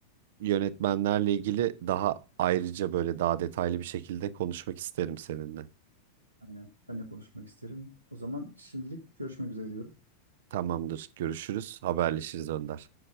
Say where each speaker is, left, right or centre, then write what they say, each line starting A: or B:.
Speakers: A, on the right (about 55°); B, on the right (about 85°).
A: yönetmenlerle ilgili daha ayrıca böyle daha detaylı bir şekilde konuşmak isterim seninle.
B: Aynen. Ben de konuşmak isterim. O zaman şimdilik görüşmek üzere diyorum.
A: Tamamdır, görüşürüz, haberleşiriz Önder.